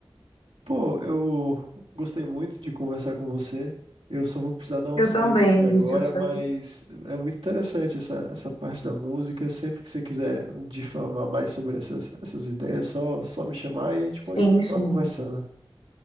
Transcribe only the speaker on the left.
Eu
também,
Vitor, foi...
Sim,
sim.